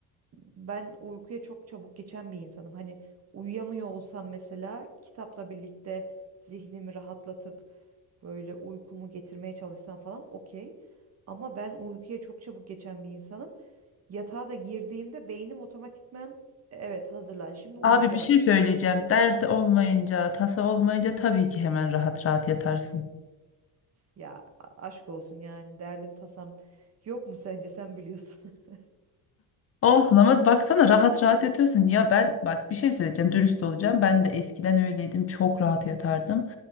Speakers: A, on the right; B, on the left.
A: ben uykuya çok çabuk geçen bir insanım. Hani uyuyamıyor olsam mesela kitapla birlikte zihnimi rahatlatıp böyle uykumu getirmeye çalışsam falan okey. Ama ben uykuya çok çabuk geçen bir insanım. Yatağa da girdiğimde beynim otomatikmen evet hazırlan şimdi uyuyacağız.
B: Abi bir şey söyleyeceğim. Dert olmayınca, tasa olmayınca tabii ki hemen rahat rahat yatarsın.
A: Ya a- aşk olsun yani derdim tasam yok mu sence sen biliyorsun. <laughs>
B: Olsun ama baksana rahat rahat yatıyorsun. Ya ben bak bir şey söyleyeceğim dürüst olacağım. Ben de eskiden öyleydim çok rahat yatardım.